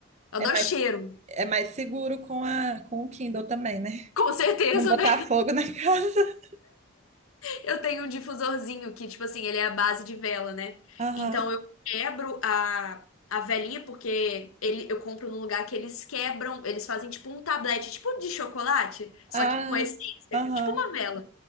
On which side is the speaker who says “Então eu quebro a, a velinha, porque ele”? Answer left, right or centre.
Left